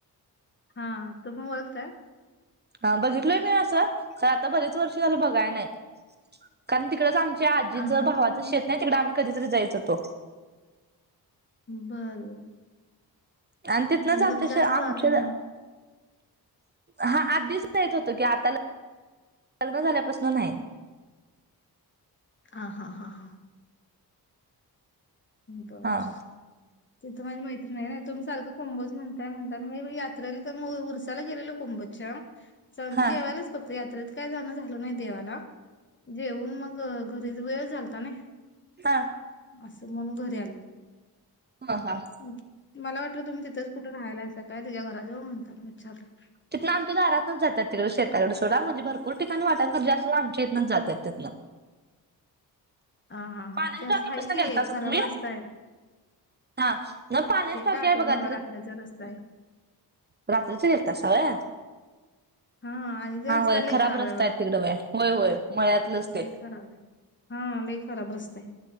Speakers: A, on the left; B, on the right.
A: हा तुम्ही ओळखताय?
B: हा बघितलोय मी असं पण आता बरेच वर्ष झालं बघाय नाही. कारण तिकडच आम च्या आजींच
A: आ
B: भावाचं
A: हा तुम
B: शेत नाही तिकडं आम्ही कधीतरी जायचो तो.
A: बर बर
B: आणि तिथनच
A: म्हणजे
B: आमच्या
A: तुमचं जास्त
B: शे आमच्या
A: जाणं येणं नाही
B: हा <unintelligible> होत कि आता लग्न झाल्यापासन नाही.
A: हा हा हा हां बस
B: हा
A: तिथ माझी मैत्रीण आहे ना. तुम्ही सारखं कुंभोज म्हणताय म्हणतान मी यात्रेला तर मग उरसाला गेलेलो कोंबोज- अच्छा. जेवायलाच
B: हा
A: फक्त यात्रेत काय जाणं झाल नाही देवाला. जेऊन मग घरीच वेळ झालता नाही.
B: हा
A: असं म्हणून घरी आलो.
B: हा हा
A: मग मला वाटलं तुम्ही तिथंच कुठे राहायला हाईसा काय? तिच्या घरा जवळ म्हणतान विचारलो.
B: तिथन आमच्या दारातनच जात्यात. तिकड शेताकड सोडा म्हणजे भरपूर ठिकाणी वाटा. सगळी असून आमच्या इथनच जात्यात तिथन.
A: ह हा हा
B: पाण्याच्या
A: ते असं
B: टाकीपासून
A: हाय की
B: गेलतासा
A: खराब
B: तुम्ही?
A: रस्ता हाय.
B: हा न्हव पाण्याची
A: ते
B: टाकी
A: काय आठवना
B: आहे बघा
A: बा
B: तिथं
A: रात्रीचा रस्ता आहे
B: रात्रीच गेलतासा व्हय
A: हा आणि ते
B: हा
A: रस्ता
B: होय
A: लय
B: खराब
A: आहे
B: रस्ताय
A: बघा
B: तिकड व होय, होय मळ्यातलंच ते
A: लय खराब आहे हा लई खराब रस्ता आहेय.